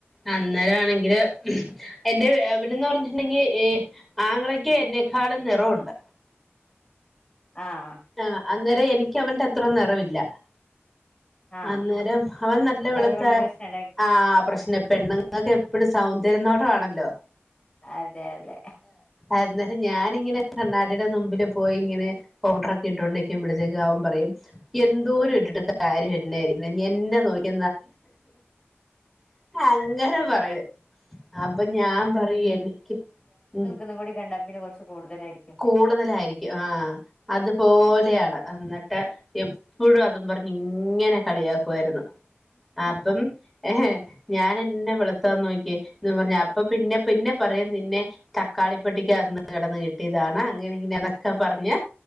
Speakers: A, in the centre; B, on the left.
A: അന്നേരാണെങ്കില് എന്റെ എവിടെന്ന് പറഞ്ഞിട്ടുണ്ടെങ്കിൽ ആങ്ങളക്ക് എന്നെക്കാളും നിറവുണ്ട്
B: ആഹ്
A: ആഹ് അന്നേരം എനിക്ക് അവന്റെ അത്രോ നിറവില്ല
B: ആഹ് ആഹ്
A: അന്നേരം അവൻ നല്ല
B: അപ്പൊ
A: വെളുത്ത
B: അതുകൊണ്ട് പ്രശ്നം ഉണ്ടായി
A: ആ പ്രശ്ന പെണ്ണങ്ങളൊക്കെ ഇപ്പടെ സൗന്ദര്യംന്നോടണല്ലോ
B: അതെ അതെ
A: അന്നേരം ഞാനിങ്ങനെ കണ്ണാടിടെ മുമ്പില് പോയി ഇങ്ങനെ പൗഡറൊക് ഇട്ടോണ്ടിരിക്കുമ്പഴ്ത്തേക്ക് അവൻ പറയും എന്തോരും ഇട്ടിട്ട് കാര്യന്നെയിരി <unintelligible> എന്നെ നോക്കി അങ്ങനെ പറയും അപ്പ ഞാൻ പറയു എനിക്ക് ഉം
B: ഒന്നും കൂടി കണ്ടാ പിന്നെ കൊറച്ച് കൂട്തലായിരി
A: കൂടുതലായിരിക്കും ആഹ് അതുപോലെയാണ് അന്നിട്ട് എപ്പഴും അതും പറഞ്ഞ് ഇങ്ങനെ കളിയാക്കുവായിരുന്നു അപ്പം ഏഹ് ഞാൻ എന്നാ വെള്ത്താന്ന് നോക്കിയെ എന്നും പറഞ്ഞ് അപ്പൊ പിന്നെ പിന്നെ പറയും നിന്നെ തക്കാളിപ്പെട്ടിക്ക് അകത്ത്ന്ന് കെടന്ന് കിട്ടിയതാണ് അങ്ങനെ ഇങ്ങനെയാന്നെക് ക്കെ പറഞ്ഞ്